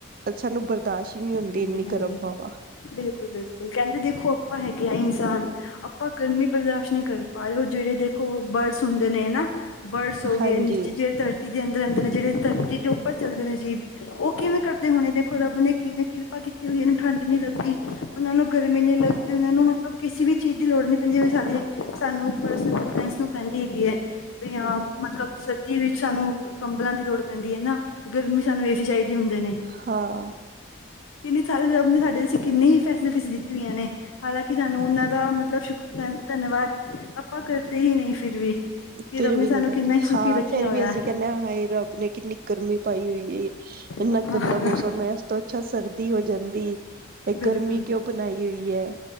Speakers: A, on the right; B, on the left.
A: ਸਾਨੂੰ ਬਰਦਾਸ ਹੀ ਨਈ ਹੁੰਦੀ
B: ਹਾਂਜੀ-ਹਾਂਜੀ
A: ਇੰਨੀ ਗਰਮ ਹਵਾ
B: ਬਿਲਕੁਲ ਬਿਲਕੁਲ ਕਹਿੰਦੇ ਦੇਖੋ ਆਪਾਂ ਹੈਗੇ ਆ ਇਨਸਾਨ ਆਪਾਂ ਗਰਮੀ ਬਰਦਾਸ ਨਹੀਂ ਪਾ ਰਹੇ ਉਹ ਜਿਹੜੇ ਦੇਖੋ ਬਰਡਸ ਹੁੰਦੇ ਨੇ ਨਾ ਬਰਡਸ ਹੋ ਗਏ
A: ਹਾਂਜੀ
B: ਨੀਚੇ ਜਿਹੜੇ ਧਰਤੀ ਦੇ ਅੰਦਰ ਰਹਿੰਦੇ ਨੇ ਜਿਹੜੇ ਧਰਤੀ ਦੇ ਉੱਪਰ ਚੱਲਦੇ ਨੇ ਜੀਵ ਉਹ ਕਿਵੇਂ ਕਟਦੇ ਹੋਣੇ ਦੇਖੋ ਰੱਬ ਨੇ ਕਿਵੇਂ ਕਿਰਪਾ ਕੀਤੀ ਹੋਈ ਐ ਇਹਨੂੰ ਠੰਡ ਨੀ ਲੱਗੀ। ਉਹਨਾਂ ਨੂੰ ਗਰਮੀ ਨੀਂ ਲੱਗਦੀ ਉਨਾਂ ਨੂੰ ਮਤਲਬ ਕਿਸੇ ਵੀ ਚੀਜ਼ ਦੀ ਲੋੜ ਨੀਂ ਪੈਂਦੀ ਜਿਵੇਂ ਸਾਡੇ ਸਾਨੂੰ <unintelligible> ਪੈਂਦੀ ਹੈਗੀ ਐ ਵੀ ਹਾਂ ਮਤਲਬ ਸਰਦੀ ਵਿੱਚ ਸਾਨੂੰ ਕੰਬਲਾਂ ਦੀ ਲੋੜ ਪੈਂਦੀ ਆ ਨਾ ਗਰਮੀ ਸਾਨੂੰ ਏਸੀ ਚਾਹੀਦੇ ਹੁੰਦੇ ਨੇ।
A: ਹਾਂ
B: ਕਿੰਨੀ ਸਾਰੇ ਰੱਬ ਨੇ ਸਾਡੇ ਕਿੰਨੀ ਹੀ ਫੈਸਿਲਿਟੀਸ ਦਿੱਤੀ ਹੋਈਆਂ ਨੇ। ਹਾਲਾਂਕਿ ਸਾਨੂੰ ਉਨਾਂ ਦਾ ਮਤਲਬ ਸ਼ੁਕਰ ਧੰਨਵਾਦ ਆਪਾਂ ਕਰਦੇ ਹੀ ਨਈ ਫਿਰ ਵੀ। ਕਿ
A: ਫਿਰ
B: ਰੱਬ ਨੇ
A: ਵੀ
B: ਸਾਨੂੰ
A: ਨੀ ਕਰਦਾ
B: ਕਿੰਨਾ ਹੀ ਸੁਖੀ
A: ਹਾਂ
B: ਰੱਖਿਆ
A: ਫੇਰ
B: ਹੋਇਆ
A: ਵੀ ਅਸੀਂ ਕਹਿਣੇ ਆ ਹਾਏ, ਰੱਬ ਨੇ ਕਿੰਨੀ ਗਰਮੀ ਪਾਈ ਹੋਈ ਏ। ਇੰਨਾ
B: ਹਾਂ
A: ਗੰਦਾ ਮੌਸਮ ਹੈ ਤੋਂ ਅੱਛਾ ਸਰਦੀ ਹੋ ਜਾਂਦੀ ਏਹ
B: ਬਿਲਕੁਲ
A: ਗਰਮੀ ਕਿਉਂ ਬਣਾਈ ਹੋਈ ਐ।